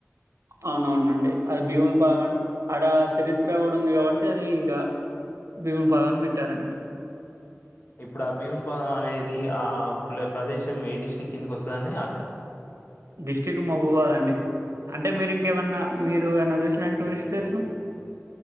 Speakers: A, on the right; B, on the left.
A: అవునవునండి అది భీవుని పాదం అని ఆడ చరిత్ర కూడా ఉంది కాబట్టి అది ఇక భీవుని పాదం అని పెట్టారండి
B: ఇప్పుడు ఆ భీమున్ పాదం అనేది ఆ ప్రదేశం ఏ డిస్ట్రిక్ట్ కిందకి వస్తుందండి అక్కడ
A: డిస్ట్రిక్ట్ మహబూబాద్ అండి అంటే మీరు ఇంకేమైన్నా మీరు ఏన్న చూసు టూరిస్ట్ ప్లేస్లు